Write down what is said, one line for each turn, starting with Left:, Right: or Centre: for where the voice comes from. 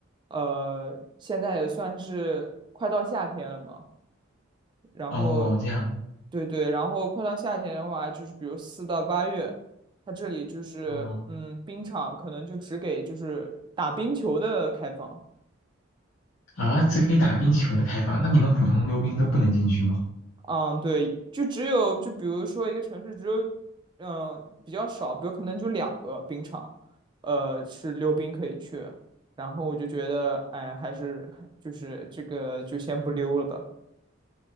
Right: 呃，现在也算是快到夏天了嘛，然后，
Left: 哦，这样，
Right: 对对，然后快到夏天的话，就是比如四到八月，它这里就是嗯，
Left: 哦，
Right: 冰场可能就只给就是打冰球的开放。
Left: 啊，只给打冰球的开放，那你们普通溜冰都不能进去吗？
Right: 嗯，对，就只有就比如说一个城市只有嗯、呃比较少，比如可能就两个冰场，呃是溜冰可以去。然后我就觉得，哎，还是就是这个就先不溜了吧。